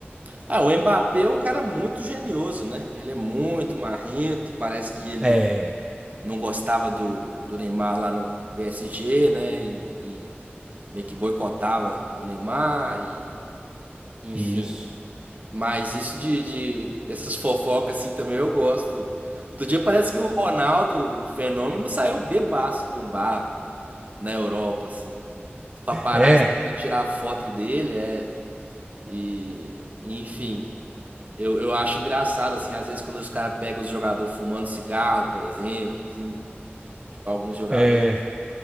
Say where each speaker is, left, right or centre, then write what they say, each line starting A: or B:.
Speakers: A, on the right; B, on the right.
A: Ah, o Mbappé é um cara muito genioso, né? Ele é muito marrento, parece que ele
B: É,
A: não gostava do, do Neymar lá no PSG, né? E, e meio que boicotava o Neymar, e, enfim.
B: isso.
A: Mas isso de, de- dessas fofocas assim também eu gosto. Outro dia parece que o Ronaldo, o fenômeno, saiu bebaço de um bar na Europa, assim. Os paparazzi
B: É,
A: tentando tirar foto dele, é. E, e, enfim, eu, eu acho engraçado, assim, às vezes quando os caras pegam os jogadores fumando cigarro, por exemplo, assim, tipo, alguns jogadores.
B: é,